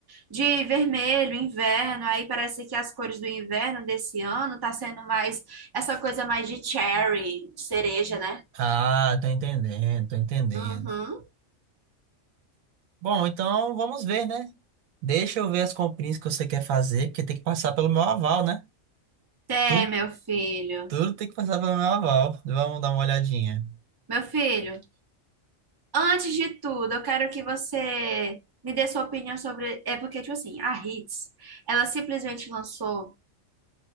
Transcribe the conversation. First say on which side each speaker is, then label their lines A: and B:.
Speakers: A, on the right; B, on the right.
A: de vermelho, inverno, aí parece que as cores do inverno desse ano tá sendo mais essa coisa mais de cherry, de cereja, né?
B: Ah, tô entendendo, tô entendendo.
A: Uhum.
B: Bom, então vamos ver, né? Deixa eu ver as comprinhas que você quer fazer, porque tem que passar pelo meu aval, né?
A: Tem,
B: Tu
A: meu filho.
B: Tudo tem que passar pelo meu aval. Vamos dar uma olhadinha.
A: Meu filho, antes de tudo, eu quero que você me dê sua opinião sobre. É porque, tipo assim, a Hits, ela simplesmente lançou